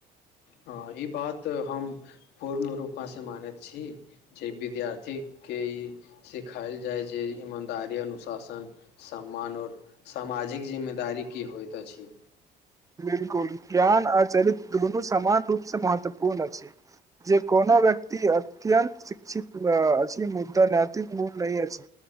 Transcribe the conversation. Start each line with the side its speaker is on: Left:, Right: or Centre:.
Left: हँ ई बात हम पूर्ण रूपे सँ मानैत छी जे विद्यार्थीके ई सिखायल जाय जे ईमानदारी अनुशासन सम्मान आओर सामाजिक जिम्मेदारी की होइत अछि।
Right: बिल्कुल ज्ञान आ चरित्र दुनू समान रूप स महत्वपूर्ण अछि। जे कोनो व्यक्ति अत्यन्त शिक्षित अऽअछि मुदा नैतिक मूल नहि अछि